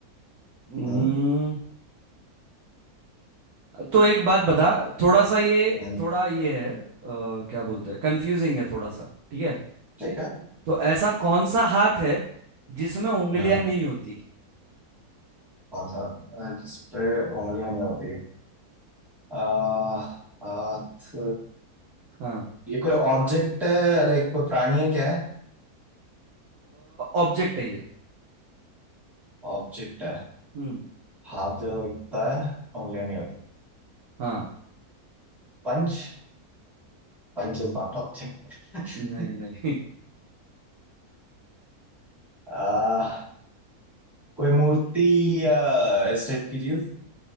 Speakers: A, on the right (about 75°); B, in the centre.
A: हम्म,
B: हम्म
A: तो एक बात बता थोड़ा सा ये
B: हम्म,
A: थोड़ा ये है अ, क्या बोलते हैं कंफ्यूजिंग है थोड़ा सा ठीक है
B: ठीक है
A: तो ऐसा कौन सा हाथ है जिसमें उंगलियां
B: हम्म,
A: नहीं होती
B: कौन सा अ, जिस पे उंगलियां नहीं होती अ, हाथ
A: हाँ
B: ये कोई ऑब्जेक्ट है लाइक कोई प्राणी है क्या है
A: ऑब्जेक्ट है ये
B: ऑब्जेक्ट है
A: हम्म
B: हाथ जो दिखता है उंगलियां नहीं होती
A: हाँ
B: Punch Punch is not object
A: नहीं नहीं <laughs>
B: <laughs> कोई मूर्ति या इस टाइप की चीज